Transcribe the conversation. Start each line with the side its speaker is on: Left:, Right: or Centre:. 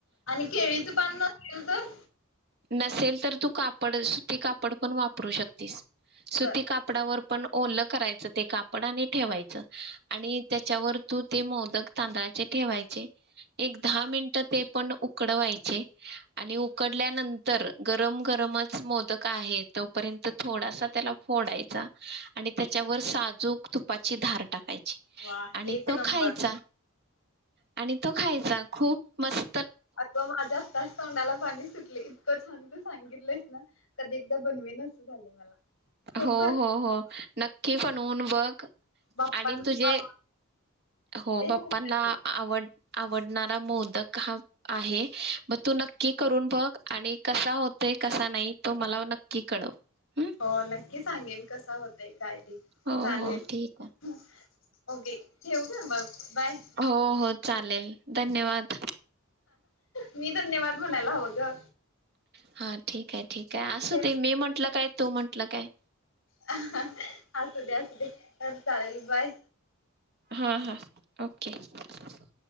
Left: आणि केळीचं पान न <unintelligible> तर?
Right: नसेल तर तू कापड, सुती कापड पण वापरू शकतीस. सुती
Left: बर
Right: कापडावर पण ओलं करायचं ते कापड आणि ठेवाय चं, आणि त्या च्या व तू ते मोदक तांदळाचे ठेवायचे. एक दहा
Left: हा
Right: मिन्टं ते पण उकडवायचे, आणि उक उकडल्यानंतर गरम गरमच मोदक आहे तोपर्यंत थोडासा त्याला फोडायचा आणि त्याच्यावर साजूक तुपाची धार टाकाय ची
Left: वा
Right: आणि
Left: एक
Right: तो
Left: नंबर
Right: खायचा, आणि तो खायचा खूप मस्
Left: अतवा माझ्या आत्ताच तोंडाला पाणी सुटले. इतकं छान तू सांगितलंस ना, कधी एकदा बनवीन असं झालय मला. खूप
Right: हो-हो-हो
Left: भारी
Right: नक्की बनवून बघ,
Left: बाप्पांना
Right: आणि तुझे हो
Left: ते
Right: बाप्पांला आवड आवडणारा मोदक हं आहे. म तू नक्की करून बघ, आणि कसा होतंय कसा नाही तो मला नक्की कळव. हम्म
Left: हो नक्की सांगेन, कसा होतय काय चालेल
Right: हो हो ठीक
Left: <inaudible> ओके ठेवु काय? मग बाय
Right: आहे हो हो चालेल धन्यवाद
Left: मी धन्यवाद म्हणायला हवं ग
Right: हा ठीक आहे ठीक आहे असूदे
Left: ठेव
Right: मी म्हटलं काय तु म्हंटलं काय?
Left: <unintelligible> असू दे असू दे चालेल बाय
Right: हा हा ओके <inaudible>